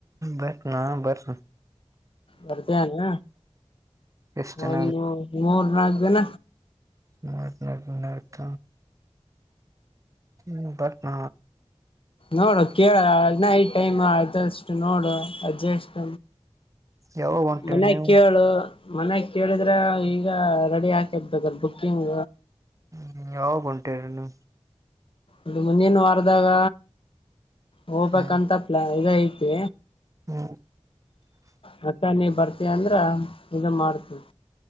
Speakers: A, on the right (about 30°); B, on the left (about 55°).
A: ಬರ್ತನ ಬರ್
B: ಬರ್ತಾನ
A: ಎಷ್ಟ್ ಜನ
B: ಒಂದು ಮೂರ್ ನಾಲ್ಕು ದನ
A: ನ ನನಕ ಹ್ಮ್ ಬಟ್ ನ
B: ನೋಡು ಕೇಳ ನೈಟ್ ಟೈಮ್ ಆದಷ್ಟು ನೋಡು ಅಜ್ಜೆಷ್ಟ
A: ಯಾವಾಗ ಹೊಂಟಿರಿ
B: ಮನ್ಯಾಗ
A: ನೀವು
B: ಕೇಳು ಮನೆ ಕೇಳಿದ್ರೆ ಈಗ ರೆಡಿ ಹಾಕಿರ್ಬೇಕ್ರ ಬುಕ್ಕಿಂಗ್
A: ಹ್ಮ್ ಯಾವ ಉಂಟಿರನು
B: ಇದು ಮುಂದೇನ್ ವಾರದಾಗ ಹೋಗ್ಬೇಕಂತ
A: ಹ್ಮ್
B: ಪ್ಲಾನ್ ಇದ ಐತಿ
A: ಹ್ಮ್
B: ಮತ್ತ ನೀ ಬರ್ತೀ ಅಂದ್ರ ಇದು ಮಾಡ್ತೀವಿ